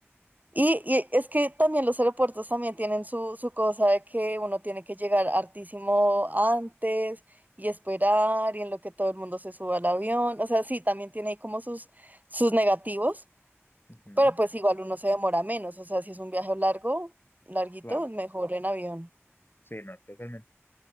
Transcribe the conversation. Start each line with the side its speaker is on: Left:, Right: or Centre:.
Right: Y, y es que también los aeropuertos también tienen su, su cosa de que uno tiene que llegar hartísimo antes y esperar y en lo que todo el mundo se suba al avión. O sea, sí, también tiene ahí como sus, sus negativos,
Left: <laughs> Ujú,
Right: pero pues igual uno se demora menos. O sea, si es un viaje largo, larguito,
Left: Claro,
Right: mejor en avión. <laughs>
Left: sí, no, totalmente.